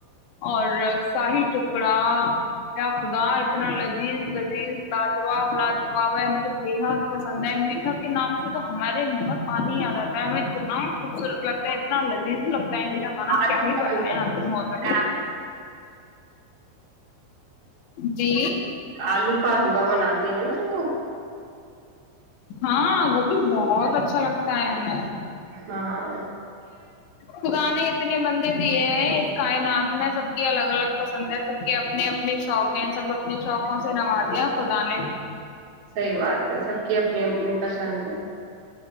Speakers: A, on the left; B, on the right.
A: اور شاہی ٹکڑا کیا خدا اتنا ل جی لذیذ لاجواب لاجواب ہے مجھے بےحد پسند ہے میٹھا کے نام سے تو ہمارے منہ پانی آ جاتا ہے ہمیں اتنا خوبصورت لگتا ہے اتنا لذیذ ز لگتا ہے میرا کھانا
B: آلو
A: کیا ہی
B: کا
A: بتیا آپ کو مت جی
B: آلو پلوا بناتے ہیں نا وہ
A: ہاں گوب با بہت اچھا لگتا ہے ہمیں
B: ہاں
A: خرے اتنے بندے دیے ہیں اس کائنات اس میں سب کی الگ الگ پسند ہے سب کے اپنے اپنے شوق ہیں سب اپنے شوقوں سے نوازے خدا نے
B: صحیح بات سب کی اپنی اپنی پسند ہے